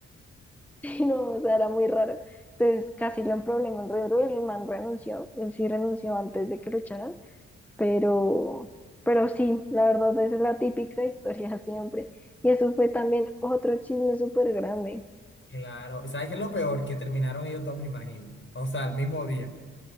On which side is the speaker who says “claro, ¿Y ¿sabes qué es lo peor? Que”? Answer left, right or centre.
Left